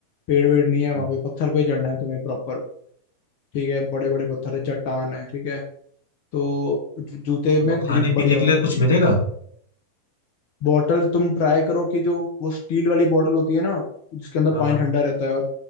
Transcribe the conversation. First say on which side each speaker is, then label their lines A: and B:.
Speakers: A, on the left; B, on the left.
A: पेड़ वेड़ नहीं है
B: चल
A: वहां पे पत्थर पे चढ़ना है तुम्हें प्रॉपर ठीक है बड़े बड़े पत्थर है चट्टान है ठीक है तो जू- जूते में
B: अब वो खाने
A: ग्रिप
B: पीने
A: बढ़िया
B: के
A: होनी
B: लिए कुछ
A: चाहिए
B: मिलेगा
A: बॉटल तुम ट्राई करो कि जो वो स्टील वाली बॉटल होती है ना जिसके अंदर
B: हाँ
A: पानी ठंडा रहता है और